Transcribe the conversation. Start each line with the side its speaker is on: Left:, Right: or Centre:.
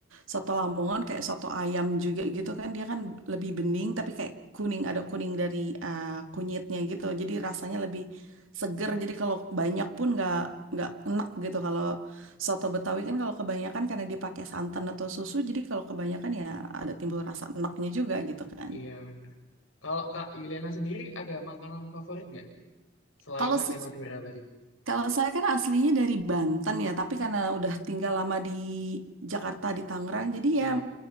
Right: soto Lamongan kayak soto ayam juga gitu kan dia kan lebih bening tapi kayak kuning ada kuning dari eh, kunyitnya gitu. Jadi rasanya lebih seger. Jadi kalau banyak pun nggak nggak enak gitu. Kalau soto Betawi kan kalau kebanyakan karena dia pakai santan atau susu, jadi kalau kebanyakan ya ada timbul rasa enaknya juga gitu kan.
Left: Iya benar. Kalau Kak Yuliana sendiri ada makanan favorit nggak nih? Selain
Right: Kalau
Left: sate
Right: se-
Left: Madura tadi.
Right: Kalau saya kan aslinya dari Banten ya, tapi karena udah tinggal lama di Jakarta, di Tangerang, jadi
Left: Iya,
Right: ya